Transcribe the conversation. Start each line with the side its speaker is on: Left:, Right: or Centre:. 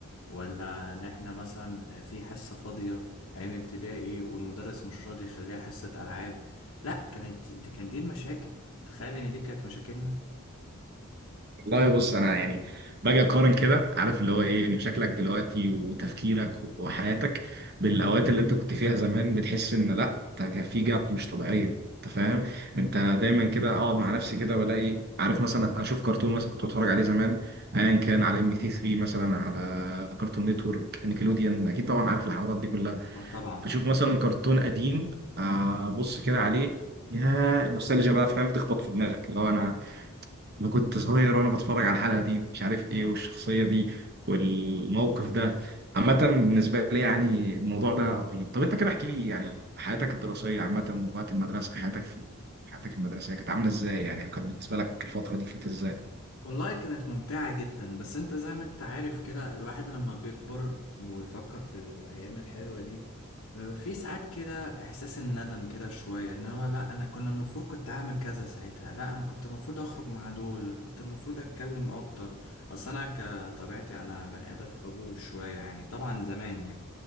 Left: ولا ان احنا مثلا في حصة فاضية ايام ابتدائي والمدرس مش راضي يخليها حصة العاب لا كانت دي كانت دي المشاكل تخيل ان دي كانت مشاكلنا
Right: والله بص انا يعني باجي اقارن كده عارف اللي هو ايه شكلك دلوقتي وتفكيرك وحياتك بالاوقات اللي انت كنت فيها زمان بتحس ان لا انت كان في جاب مش طبيعيه انت فاهم انت دايما كده اقعد مع نفسي كده والاقي عارف مثلا اشوف كرتون مثلا كنت بتفرج عليه زمان ايا كان على ام بي تي 3 مثلا على كرتون نتورك نيكلوديان اكيد طبعا عارف الحوارات دي كلها
Left: اه طبعا
Right: اشوف مثلا كرتون قديم آه، ابص كده عليه يا نوستالجيا بقى فاهم تخبط في دماغك اللي هو انا انا كنت صغير وانا بتفرج على الحلقه دي مش عارف ايه والشخصيه دي والموقف ده عامة بالنسبة لي يعني الموضوع ده رهيب طب انت كده احكي لي يعني حياتك الدراسية عامة وقت المدرسة حياتك في حياتك المدرسية كانت عاملة ازاي يعني كانت بالنسبة لك الفترة دي كانت ازاي؟
Left: والله كانت ممتعة جدا بس انت زي ما انت عارف كده الواحد لما بيكبر ويفكر في الأيام الحلوة دي آه، في ساعات كده إحساس الندم كده شوية ان هو لا أنا كنا المفروض كنت أعمل كذا ساعتها لا أنا كنت المفروض أخرج مع دول كنت المفروض أتكلم أكتر أصل أنا كطبيعتي أنا بني آدم خجول شوية يعني طبعا زمان يعني